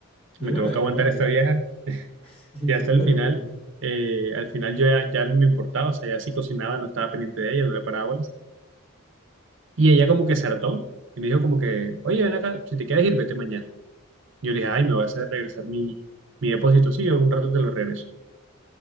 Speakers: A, on the left (about 25°); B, on the right (about 60°).
A: Yo
B: me
A: no
B: tengo
A: la dejo
B: que aguantar
A: dormir.
B: a esta vieja.
A: <laughs> Sí,
B: Y hasta
A: yo no
B: el
A: la
B: final,
A: dejo dormir.
B: eh, al final yo ya, ya no me importaba, o sea, ya sí cocinaba, no estaba pendiente de ella, no le paraba bolas. Y ella como que se hartó y me dijo como que, oye, ven acá, si te quieres ir, vete mañana. Yo le dije, ay, me vas a regresar mi, mi depósito. Sí, en un rato te lo regreso.